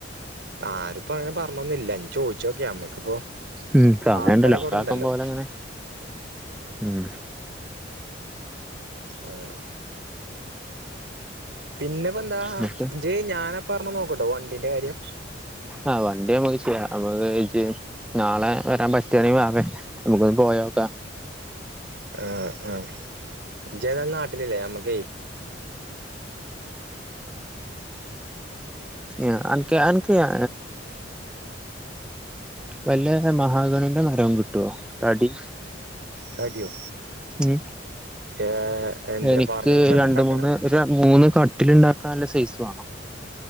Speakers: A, on the right; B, in the centre.
A: ആര്പ്പാെ അങ്ങനെ പർഞ്ഞൊന്ന്ല്ല ഞ്ഞ് ചോയ്ച്ചോക്ക് ഞമ്മക്ക്പ്പോ
B: ഉം സമയണ്ടല്ലോ
A: ആൾക്കാരൊക്കെ വ്ടെണ്ടല്ലോ
B: കാക്കം പോലെ അങ്ങനെ ഉം
A: ആഹ് പിന്നെപ്പെന്താ
B: എന്നിട്ട്
A: ജ് ഞാന പർഞ്ഞെ നോക്ക്ട്ടോ വണ്ടീന്റെ കാര്യം
B: ആഹ് വണ്ടി ഞമ്മക്ക് ചെയ്യാ ഞമ്മക്ക് ജ് നാളെ വരാം പറ്റാണെങ്കി വാവേ നമുക്കാെന്ന് പോയാേക്കാ
A: ആഹ് ആഹ് ഇജേതായാലും നാട്ട്ല് ല്ലേ ഞമ്മക്കേ
B: ഏ അൻക്ക് അൻ ക്ക് ഏ വല്ല മഹാഗണിന്റെ മരോം കിട്ടോ തടി
A: തട്യോ
B: ഉം
A: ഏ എന്തിനാ
B: എനിക്ക്
A: ഫർണിച്ചറിന്
B: രണ്ട്
A: ഉണ്ടാക്കാനാ
B: മൂന്ന് ഒര് മൂന്ന് കട്ടില് ണ്ടാക്കാൻല്ല സൈസ് വാണം